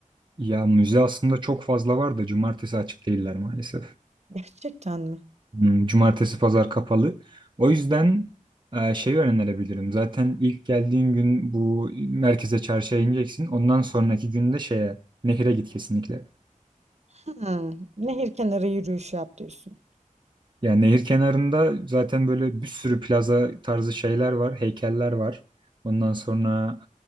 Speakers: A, on the right; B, on the right.
A: Ya müze aslında çok fazla var da cumartesi açık değiller maalesef.
B: Gerçekten mi?
A: Hmm, Cumartesi pazar kapalı. O yüzden e, şey önerebilirim. Zaten ilk geldiğin gün bu merkeze çarşıya ineceksin. Ondan sonraki günde şeye nehire git kesinlikle.
B: Hmm, nehir kenarı yürüyüşü yap diyorsun.
A: Yani nehir kenarında zaten böyle bir sürü plaza tarzı şeyler var, heykeller var. Ondan sonra